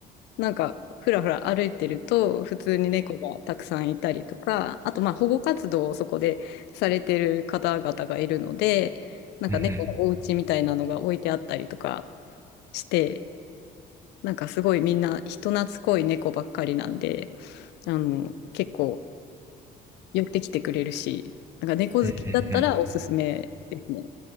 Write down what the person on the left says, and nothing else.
なんかふらふら歩いてると普通に猫がたくさんいたりとか、あとまあ保護活動をそこでされてる方々がいるので、なんか猫のお家みたいなのが置いてあったりとか
して、なんかすごいみんな人懐っこい猫ばっかりなんで、あの、結構寄ってきてくれるし、なんか猫好きだったらおすすめですね。